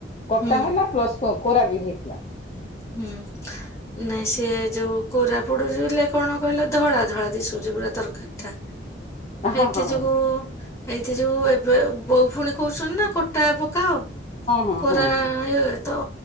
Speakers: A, on the left; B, on the left.
A: କଟା
B: ହୁଁ
A: ହେଲା ପ୍ଲସ ପ କୋରା ବି ହେଇଥିଲା।
B: ହୁଁ। ନାଇଁ ସିଏ ଯୋଉ କୋରା ପଡି ଯୁଇଲେ କଣ କହିଲ ଧଳା ଧଳା ଦିସୁଚି ପୁରା ତରକାରୀ ଟା। ହେଇଥି
A: ହଁ ହଁ
B: ଯୋଗୁ
A: ହଁ
B: ହେଇଥି ଯୋଗୁ ଏବେ ବୋଉ ଫୁଣି କହୁସନ୍ତି ନା କଟା ପକାଅ।
A: ହଁ ହଁ
B: କୋରା
A: ହଁ
B: ହେ ତ